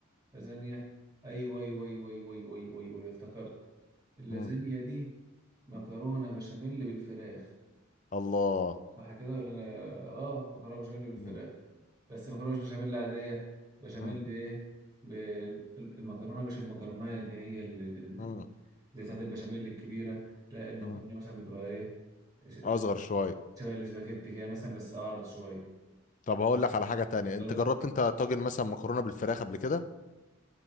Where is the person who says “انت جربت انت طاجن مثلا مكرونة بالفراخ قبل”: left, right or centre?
Left